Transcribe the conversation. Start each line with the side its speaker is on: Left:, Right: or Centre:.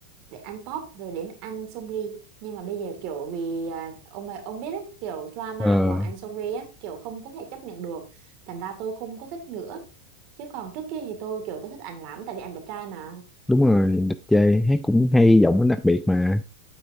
Right: để ăn top rồi đến ăn Songri nhưng mà bây giờ kiểu vì à, ông ấy- ông biết đấy kiểu drama
Centre: Ờ,
Right: của anh Songri á kiểu không có thể chấp nhận được thành ra tôi không có thích nữa chứ còn trước kia thì tôi kiểu tôi thích ảnh lắm tại vì ảnh đẹp trai mà
Centre: đúng rồi, đẹp trai, hát cũng hay, giọng nó đặc biệt mà,